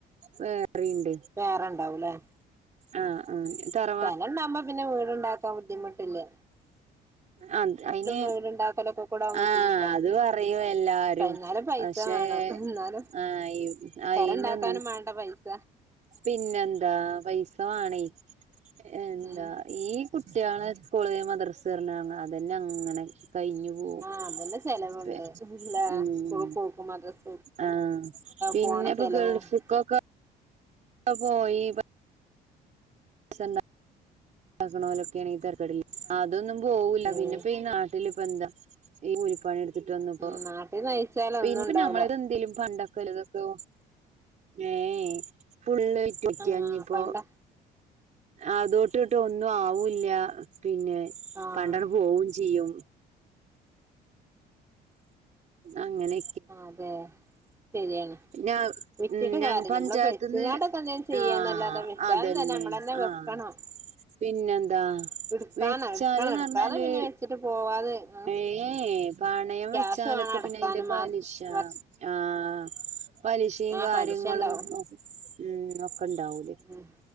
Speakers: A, on the right; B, on the right.
A: വേറെ ഇണ്ട്
B: വേറെണ്ടാവൂല്ലേ
A: ആഹ് ആഹ് തറ.
B: സ്ഥലം ഉണ്ടാക്കുമ്പോ പിന്നെ വീട് ഉണ്ടാക്കാൻ ബുദ്ധിമുട്ടല്ലേ.
A: ആഹ് അയിന്
B: വീടുണ്ടാക്കലൊക്കെ കൂടെ ആവുമ്പോ
A: ആഹ്
B: ബുദ്ധിമുട്ടാണ്
A: അത് പറയും എല്ലാരും
B: എന്നാലും
A: പ
B: പൈസ
A: പക്ഷെ
B: വേണം എന്നാലും
A: ആഹ് അയിന്
B: പെരണ്ടാക്കാനും
A: ഒന്നും.
B: വേണ്ട പൈസ
A: പിന്നെന്താ പൈസ വേണേ എന്താ
B: ഉം
A: ഈ. കുട്ടികള് സ്കൂളിൽ മദ്രസ് വിടുന്നു അങ്ങ് അതെന്നെ അങ്ങനെ കഴിഞ്ഞു. ഓഹ്
B: ആഹ് അതന്നെ ചെലവുണ്ട്
A: പി
B: ല്ലേ
A: ഉം.
B: സ്കൂൾ പോക്കും മദ്രസ
A: ആഹ് പിന്നെ
B: പോണ
A: ഇപ്പൊ
B: ചെലവും
A: ഗൾഫുക്കൊക്കെ. പോയി രസം ഉണ്ടാക്കണ് പോലെ ഒക്കെയാണേ തരക്കേടില്ല, അതൊന്നും പോക്കൂല
B: ഉം
A: പിന്നെ ഇപ്പോ ഈ നാ നാട്ടിൽ ഇപ്പൊ എന്താ ഈ കൂലിപ്പണി എടു എടുത്തിട്ട് വന്നിപ്പോ
B: ഉം നാട്ടിന്ന് അയച്ചാൽ
A: പി
B: ഒന്നും ഉണ്ടാവൂല
A: പിന്നെ നമ്മള് ഇത് എന്തേലും പണ്ടൊക്കെ വലുത്. തോ ഏഹ് ഫുള്ള് ആയിട്ട് പിടിക്കാഞ്ഞിപ്പോ.
B: ആഹ് പണ്ട
A: അതൊട്ട് തോട്ട് ഒന്നും ആവൂല, പിന്നെ
B: ആഹ്
A: പണ്ട് അവിടെ പോവൂ ചെയ്യും. അങ്ങനെ
B: ആഹ് അതെ ശരിയാണ്.
A: പിന്നെ
B: വെച്ചിട്ട്
A: ഉം ഞാ
B: കാര്യല്ല
A: പഞ്ചായത്ത്
B: നമ്മള് വെച്ച്ങ്ങാണ്ടൊക്കെ
A: നിന്ന്
B: എന്തേലും ചെയ്യാന്നല്ലാതെ
A: ആഹ്
B: വെച്ചാലും
A: അതെന്നെ
B: തന്നെ നമ്മളന്നെ വെക്കണം
A: ആഹ്. പിന്നെന്താ.
B: ഇട്ക്കാനാ
A: വെച്ചാല്
B: ഇട്ക്കണം
A: എന്ന്
B: ഇട്ക്കാതെ
A: പറഞ്ഞാല്
B: പിന്നെ വെച്ചിട്ട് പോവാതെ ആഹ്
A: ഏഹ് പണയം
B: ക്യാഷ്
A: വെച്ചാല്
B: വേണം
A: ഒക്കെ.
B: അടക്കാന്
A: പിന്നെ അയിന്റെ പലിശ
B: മാസം വർഷ
A: ആഹ്. പലിശയും
B: ആഹ്
A: കാര്യങ്ങളും
B: പലിശ ഇണ്ടാവും
A: ഉം ഒക്കെ ഉണ്ടാവൂലേ.
B: ഉം